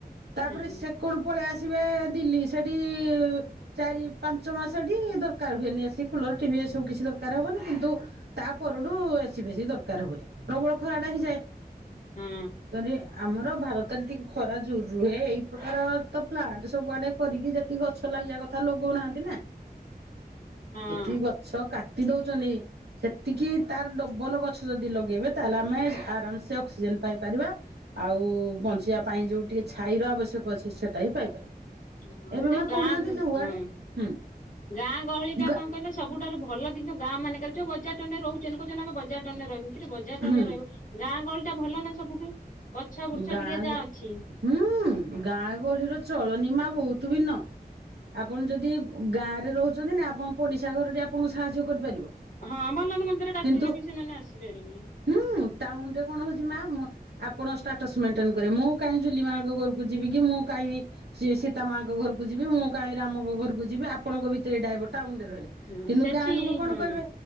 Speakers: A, on the right; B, on the left.
A: ତାପରେ
B: ହଁ
A: ସେ। କୋଉଠୁ ପଳେଇ ଆସିବେ ଦିଲ୍ଲୀ। ସେଠି। ଚାରି, ପାଞ୍ଚ ମାସ ଟି ଦରକାର ହୁଏନି। ଏସି, କୁଲର, ଟିଭି ଏ ସବୁ କିଛି ଦରକାର ହବନି, କିନ୍ତୁ। ତା ପରଠୁ ଏସି ବେଶୀ ଦରକାର ହୁଏ, ପ୍ରବଳ ଖରା ଟା ହେଇଯାଏ।
B: ହଁ।
A: ତ ଏ। ଆମର ଭାରତରେ ଟିକେ ଖରା ଜୋରରେ ରୁହେ, ଏଇ ପ୍ରକାର ତ ପ୍ଲାଟ ସବୁ ଆଡେ କରିକି ଯେତି ଗ। ଗଛ ଲାଗିଆ କଥା ଲଗଉ ନାହାନ୍ତି ନା।
B: ହଁ
A: ଯେତିକି ଗଛ କାଟି ଦଉଚନ୍ତି। ସେତିକି ତାର ଡବଲ ଗଛ ଯଦି ଲଗେଇବେ ତାହେଲେ ଆମେ ଆରାମସେ ଅକ୍ସିଜେନ ପାଇପାରିବା। ଆଉ ବଞ୍ଚିଆ ପାଇଁ ଯୋଉ ଟିକେ ଛାଇର ଆବଶ୍ୟକ ଅଛି ସେଇଟା ବି ପାଇପାରିବା।
B: ହଁ,
A: ଏବେ
B: ଏ ଯୋଉ
A: ମା
B: ଗାଁ,
A: କହୁନାହାନ୍ତି ଯୁଆଡେ
B: ହୁଁ,
A: ହୁଁ
B: ଗାଁ ଗହଳିଟା
A: ଗା
B: କଣ କହିଲ। ସବୁଠାରୁ ଭଲ କିନ୍ତୁ ଗାଁ ମାନେକରେ। ଯୋଉ ବଜାର ଟାଉନ୍ ରହୁଚନ୍ତି, କହୁଚନ୍ତି ଆମେ ବଜାର, ଟାଉନ୍ ରେ ରହିବୁ କି ବଜାର
A: ହୁଁ
B: ଟାଉନ୍ ରେ ରହିବ। ଗାଁ ଗହଳି ଟା ଭଲ ନା ସବୁଠୁ। ଗଛ ବୁର୍ଛ
A: ଗାଁ
B: ଟିକେ ଯାହା
A: ଗହଳି,
B: ଅଛି।
A: ହୁଁ, ଗାଁ ଗହଳିର ଚଳନି ମା ବହୁତୁ ଭିନ୍ନ। ଆପଣ ଯଦି ଗାଁରେ ରହୁଚନ୍ତି ନା ଆପଣ ପଡ଼ିଶା ଘର ଟି ଆପଣଙ୍କୁ ସାହାଯ୍ୟ କରିପାରିବ।
B: ହଁ, ଭଲରେ ମନ୍ଦରେ ଡାକିଲେ
A: କିନ୍ତୁ
B: ବି ସେମାନେ ଆସିପାରିବେ।
A: ହୁଁ, ଟାଉନ ରେ କଣ ହଉଚି ମା ଆପଣ। ଷ୍ଟାଟସ୍ ମେଣ୍ଟେନ କରେ। ମୁଁ କାହିଁକି ଜୁଲି ମାଙ୍କ ଘରୁକୁ ଯିବି କି? ମୁଁ କାଇଁ। ସେ ସୀତାମାଙ୍କ ଘରୁକୁ ଯିବି, ମୁଁ କାହିଁକି ରାମଙ୍କ ଘରକୁ ଯିବି, ଆପଣଙ୍କ ଭିତରେ ଏଇ ଡାଇଭଟ ଟା ଟାଉନ ରେ ରହିଲା।
B: ହଁ
A: କିନ୍ତୁ,
B: ସେଠି
A: ଗାଁ ଲୋକ କଣ
B: ହଁ
A: କହିବେ